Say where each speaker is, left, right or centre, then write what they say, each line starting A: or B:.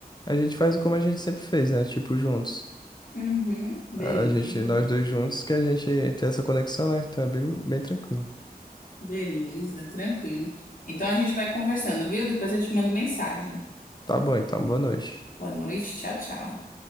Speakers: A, on the left; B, on the left.
A: a gente faz como a gente sempre fez, né? Tipo, juntos.
B: Uhum, beleza.
A: A gente, nós dois juntos, que a gente tem essa conexão, né? Então é bem, bem tranquilo.
B: Beleza, tranquilo. Então a gente vai conversando, viu? Depois eu te mando mensagem.
A: Tá bom, então, boa noite.
B: Boa noite, tchau, tchau.